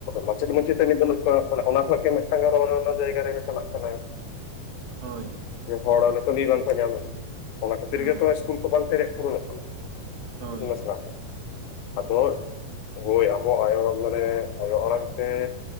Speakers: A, on the left; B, on the right.
A: ᱢᱟᱪᱮᱫ ᱢᱟᱪᱮᱛᱟᱱᱤ ᱵᱟᱹᱱᱩᱜ ᱠᱚᱣᱟ ᱢᱟᱱᱮ ᱚᱱᱟ ᱠᱷᱚᱡ ᱜᱮ ᱢᱤᱫᱴᱟᱝ ᱟᱨ ᱚᱱᱱᱚ ᱡᱟᱭᱜᱟ ᱨᱮᱜᱮ ᱪᱟᱞᱟᱜ ᱠᱟᱱᱟ᱾
B: ᱦᱳᱭ
A: ᱦᱚᱲ ᱠᱟᱹᱢᱤ ᱵᱟᱝ ᱠᱚ ᱧᱟᱢᱮᱫ ᱚᱱᱟ ᱠᱷᱟᱹᱛᱤᱨ
B: ᱦᱮᱸ
A: ᱜᱮᱛᱚ ᱤᱥᱠᱩᱞ ᱠᱚ ᱵᱟᱝ ᱯᱮᱨᱮᱡ ᱯᱩᱨᱚᱱᱚᱜ ᱠᱟᱱᱟ᱾
B: ᱦᱳᱭ
A: ᱤᱛᱩᱱ ᱟᱥᱲᱟ ᱟᱫᱚ᱾ ᱦᱳᱭ ᱟᱵᱚ ᱟᱭᱳ ᱟᱲᱟᱝ ᱢᱟᱱᱮ ᱟᱭᱳ ᱟᱲᱟᱝ ᱛᱮ